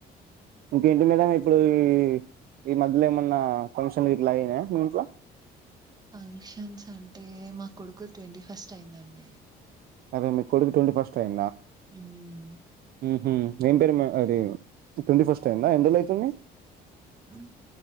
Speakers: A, on the right; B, on the right.
A: ఇంకేంటి మేడం ఇప్పుడు ఈ ఈ మధ్యలో ఏమన్నా ఫంక్షన్లు గిట్ల అయినయా మీ ఇంట్లో
B: ఫంక్షన్స్ అంటే మా కొడుకుది ట్వంటీ ఫస్ట్ అయిందండి
A: అదే మీ కొడుకు ట్వంటీ ఫస్ట్ అయి
B: ఉమ్
A: మ్ ఏం పేరు అది ట్వంటీ ఫస్ట్ అయిందా ఎండ్రోలు అయితుంది
B: అ